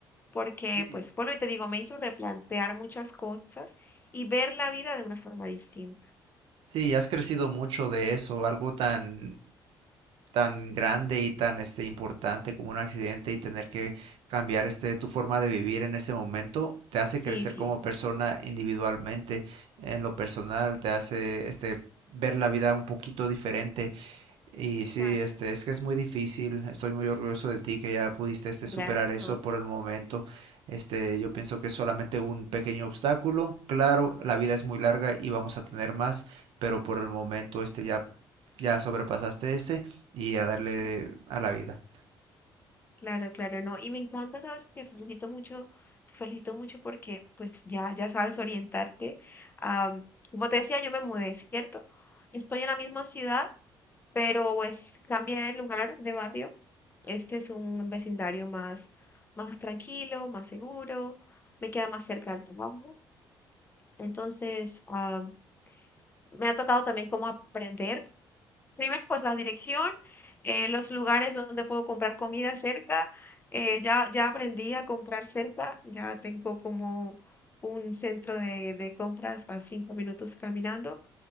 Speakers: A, on the left (about 20°); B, on the right (about 75°).
A: porque,
B: Sí,
A: pues, bueno y te digo, me hizo replantear muchas cosas y ver la vida de una forma distinta.
B: sí, has crecido mucho de eso, algo tan tan grande y tan este importante como un accidente y tener que cambiar este tu forma de vivir en ese momento te hace
A: Sí,
B: crecer
A: sí,
B: como persona individualmente, en lo personal, te hace este ver la vida un poquito diferente Y sí,
A: claro,
B: este, es que es muy difícil. Estoy muy orgulloso de ti que ya pudiste este,
A: gracias.
B: superar eso
A: no,
B: por el momento. Este, yo pienso que es solamente un pequeño obstáculo. Claro, la vida es muy larga y vamos a tener más, pero por el momento este ya, ya sobrepasaste ese y a darle
A: sí.
B: a la vida.
A: Claro, claro, no. Y me encanta, sabes, te felicito mucho, te felicito mucho porque pues ya, ya sabes orientarte. Am, como te decía, yo me mudé, ¿cierto? Yo Estoy en la misma ciudad, pero pues cambié de lugar, de barrio. Este es un vecindario más, más tranquilo, más seguro, me queda más cerca del trabajo. Entonces, am, me ha tocado también como aprender Primero, pues la dirección, eh, los lugares donde puedo comprar comida cerca. eh, ya, ya aprendí a comprar cerca, ya tengo como un centro de, de compras a cinco minutos caminando.